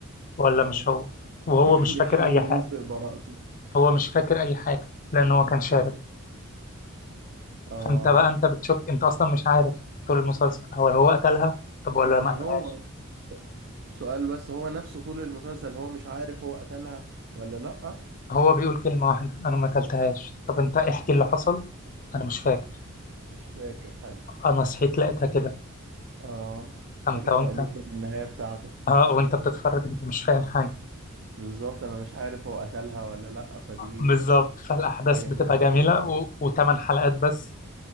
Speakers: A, on the left; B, on the right.
A: ولا
B: اه
A: مش هو وهو
B: <clears throat>
A: مش فاكر
B: بيحاول
A: أي حاجة
B: يسبق براءته
A: هو مش فاكر أي حاجة لأن هو كان شارب
B: اه
A: انت بقى انت بتشك انت اصلا مش عارف طول المسلسل هو هو قتلها طب ولا
B: يعني
A: ما قتلهاش
B: هو سؤال بس هو نفسه طول المسلسل هو مش عارف هو قتلها ولا لأ
A: هو بيقول كلمة واحدة انا ما قتلتهاش طب انت احكي اللي حصل انا مش فاكر
B: مش فاكر حاجة
A: انا صحيت لقيتها كده
B: اه
A: فانت
B: ما تحرقليش
A: وانت
B: بقى النهاية بتاعته
A: اه وانت بتتفرج انت مش فاهم حاجة
B: بالظبط انا مش عارف هو قتلها ولا لأ فدي
A: بالظبط فالاحداث
B: حاجة
A: بتبقى
B: انترستنج
A: جميلة
B: قوي
A: و... وثمان حلقات بس